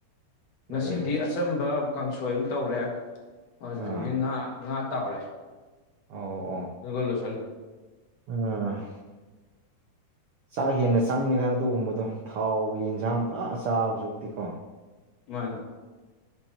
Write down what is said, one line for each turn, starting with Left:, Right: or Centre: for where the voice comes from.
Left: ꯉꯁꯤꯗꯤ
Right: ꯕ꯭ꯔꯗꯔꯗꯤ
Left: ꯑꯆꯝꯕ ꯀꯥꯡꯁꯣꯏ ꯑꯃ ꯇꯧꯔꯦ ꯑꯗꯨꯗꯒꯤ
Right: ꯑꯥ
Left: ꯉꯥ ꯉꯥ ꯇꯥꯎꯔꯦ
Right: ꯑꯣ ꯑꯣ
Left: <unintelligible>
Right: ꯎꯝ ꯆꯥꯛ ꯍꯦꯟꯅ ꯆꯪꯉꯦꯗ ꯑꯗꯨꯒꯨꯝꯕꯗꯣ ꯊꯥꯎꯒꯤ ꯌꯦꯟꯖꯥꯡ ꯄꯨꯔꯥ ꯑ ꯆꯥꯕꯁꯨ ꯎꯛꯇꯤꯀꯣ
Left: ꯃꯥꯅꯦ